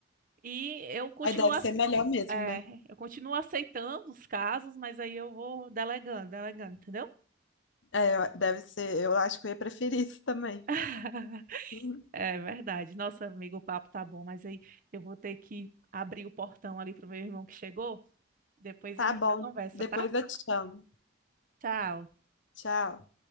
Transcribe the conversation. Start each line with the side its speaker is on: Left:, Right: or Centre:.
Right: e eu continuo,
Left: Aí deve
Right: ace-
Left: ser melhor mesmo,
Right: é,
Left: né?
Right: eu continuo aceitando os casos, mas aí eu vou delegando, delegando, entendeu?
Left: É, deve ser. Eu acho que eu ia preferir isso também.
Right: <laughs>
Left: Uhum.
Right: É verdade. Nossa, amigo, o papo tá bom, mas aí eu vou ter que abrir o portão ali pro meu irmão que chegou. Depois
Left: Tá
Right: a gente
Left: bom.
Right: conversa,
Left: Depois
Right: tá?
Left: eu te chamo.
Right: Tchau.
Left: Tchau.